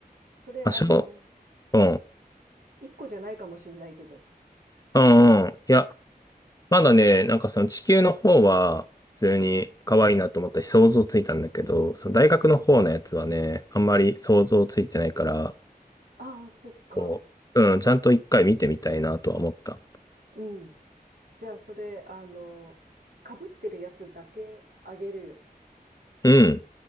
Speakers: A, on the right; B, on the left.
A: それ、
B: あ、
A: あの、
B: しょ、うん。
A: 一個じゃないかもしんないけど。
B: うんうん。いや、まだね、なんかその地球の方は普通に可愛いなと思ったし想像ついたんだけど、その大学の方のやつはね、
A: うん。
B: あんまり想像ついてないから、
A: ああ、そっか。
B: こう、うん、ちゃんと一回見てみたいなとは思った。
A: うん。じゃあ、それ、あの、被ってるやつだけあげるよ。
B: うん、